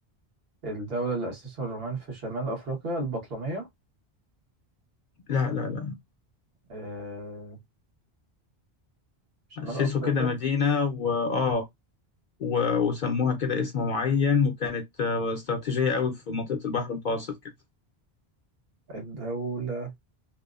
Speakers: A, on the right; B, on the left.
A: الدولة اللي أسسها الرومان في شمال أفريقيا البطلمية
B: لا لا لا
A: آه... شمال
B: أسسوا
A: أفريقيا
B: كده مدينة وآه و- وسموها كده اسم معين وكانت آه، استراتيجية قوي في منطقة البحر المتوسط كده
A: الدولة